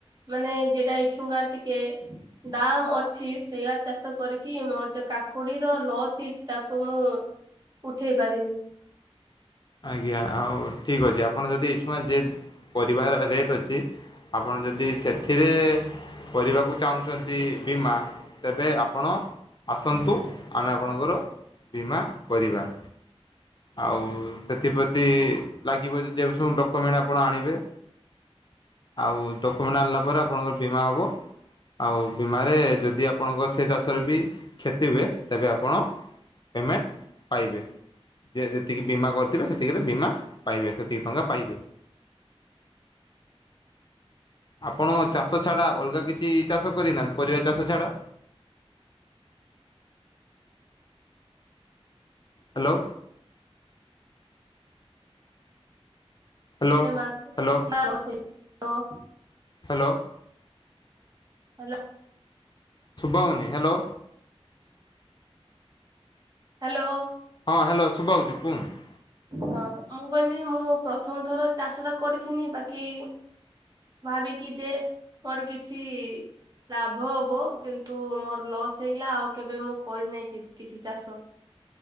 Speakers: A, on the right (about 40°); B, on the left (about 45°).
A: ମାନେ ଯେଟା ଇଛୁଙ୍ଗାର ଟିକେ ଦାମ୍ ଅଛି <unintelligible> ଚାଷ କରିକି ମୋର <unintelligible> କାକୁଡିର ଲସ୍ ହେଇଚି ତାକୁ ମୁଁ ଉଠେଇ ପାରିବି।
B: ଆଜ୍ଞା, ଆଉ ଠିକ୍ ଅଛି ଆପଣ ଯଦି <unintelligible> ଯେ ପରିବା ରେଟ୍ ଅଛି ଆପଣ ଯଦି ସେଥିରେ କରିବାକୁ ଚାହୁଁଛନ୍ତି ବୀମା ତେବେ ଆପଣ ଆସନ୍ତୁ ଆମେ ଆପଣଙ୍କର ବୀମା କରିବା। ଆଉ ସେଥିପ୍ରତି ଲାଗିବ ଯଦି ସବୁ ଡକ୍ୟୁମେଣ୍ଟ ଆପଣ ଆଣିବେ। ଆଉ ଡକ୍ୟୁମେଣ୍ଟ ଆଣିଲା ପରେ ଆପଣଙ୍କର ବୀମା ହବ। ଆଉ ବୀମାରେ ଯଦି ଆପଣଙ୍କ ସେ ଚାଷରେ ବି କ୍ଷତି ହୁଏ ତେବେ ଆପଣ ପେମେଣ୍ଟ ପାଇବେ ଯେ ଯେତିକି ବୀମା କ ସେତିକିରେ ବୀମା ପାଇବେ ସେତିକି ଟଙ୍କା ପାଇବେ। ଆପଣ ଚାଷ ଛଡା ଅଲଗା କିଛି ଚାଷ କରିନାହାନ୍ତି ପରିବା ଚାଷ ଛଡା? Hello. Hello
A: <unintelligible>
B: hello hello. <inaudible>
A: Hello. <inaudible>
B: ସୁୁଭାହଉନି ହ୍ୟା
A: ହ୍ୟାଲୋ।
B: ହଁ ହ୍ୟାଲୋ ଶୁଭାହଉଛି କୁହନ୍ତୁ।
A: ହଁ ମୁଁ କହିଲି ମୁଁ ପ୍ରଥମ ଥର ଚାଷ ଟା କରିଥିନି ବାକି ଭାବିକି ଯେ ମୋର କିଛି ଲାଭ ହବ କିନ୍ତୁ ମୋର ଲସ୍ ହେଇଗଲା ଆଉ କେବେ ମୁଁ କରିନାହିଁ କିଛି ଚାଷ।